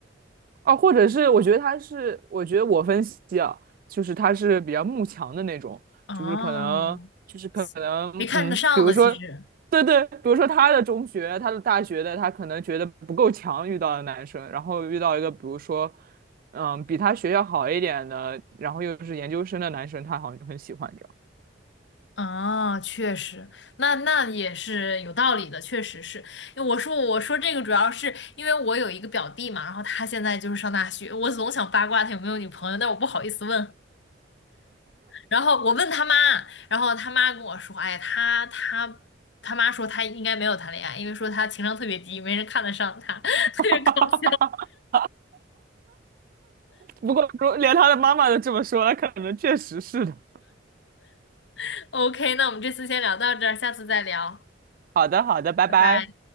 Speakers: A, on the right; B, on the left.
A: 哦，或者是我觉得他是，我觉得我分析啊，就是他是比较慕强的那种，
B: 哦，
A: 就是可能，就是可能，
B: 没看得上的其实，
A: 嗯，比如说，对对，比如说他的中学、他的大学的，他可能觉得不够强，遇到的男生，然后遇到一个比如说，嗯，比他学校好一点的，然后又是研究生的男生，他好像就很喜欢这样。
B: 啊，确实，那那也是有道理的，确实是。因为我说我说这个主要是因为我有一个表弟嘛，然后他现在就是上大学，我总想八卦他有没有女朋友，但我不好意思问。然后我问他妈，然后他妈跟我说，哎，他他他妈说他应该没有谈恋爱，因为说他情商特别低，没人看得上他，<laughs>
A: <laughs>
B: 特别搞笑。
A: 不过如连他的妈妈都这么说，了，可能确实是的。
B: <laughs> OK，那我们这次先聊到这儿，下次再聊，
A: 好的，好的，拜拜。
B: 拜拜。